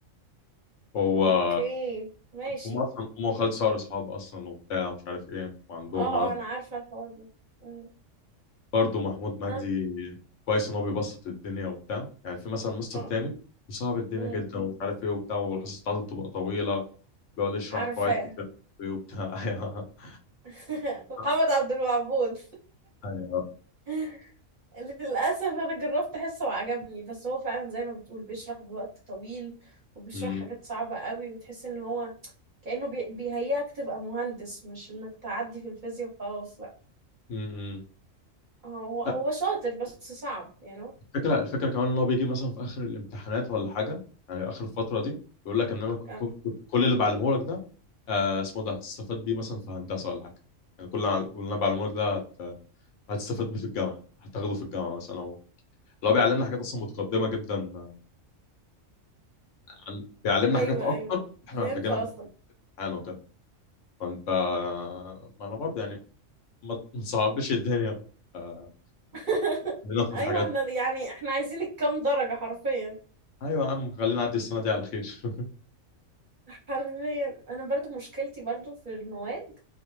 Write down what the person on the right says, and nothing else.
اوكي ماشي
اه آه، انا عارفه الحوار ده أمم.
انا
اه
أمم.
عارفاه
<laughs> محمد
عبد الوهاب
<laughs> للأسف أنا جربت أحسه وعجبني بس هو فعلا زي ما بتقول بيشرح بوقت طويل وبيشرح
حاجات صعبة قوي وتحس إن هو كأنه بي- بيهيئك تبقى مهندس مش إنك تعدي في الفيزياء وخلاص لا
اه هو
هو
شاطر بس صعب you know
آه.
ايوه
ايوه
فهمت
قصدك
<laughs>
ايوه
احنا يعني احنا عايزين الكام درجة حرفيا
حرفيا انا برضو مشكلتي برضو في المواد